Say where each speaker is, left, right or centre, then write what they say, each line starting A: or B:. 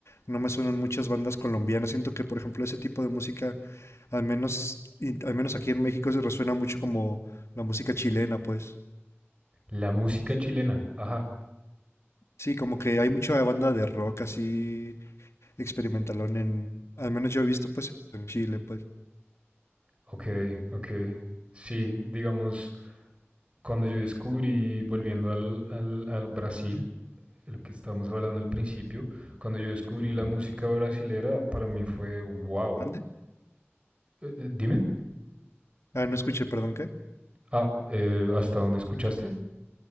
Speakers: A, on the left; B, on the right.
A: No me suenan muchas bandas colombianas. Siento que, por ejemplo, ese tipo de música, al menos, y- al menos aquí en México, se resuena mucho como la música chilena, pues.
B: La música chilena, ajá.
A: Sí, como que hay mucha banda de rock así experimentalón en, al menos yo he visto pues en Chile, pues.
B: Ok, ok. Sí, digamos, cuando yo descubrí, volviendo al, al, al Brasil, lo que estábamos hablando al principio, cuando yo descubrí la música brasilera, para mí fue wow.
A: ¿Mande?
B: Eh, eh, dime,
A: Ah, no escuché, perdón, ¿qué?
B: ah, eh, ¿hasta dónde escuchaste?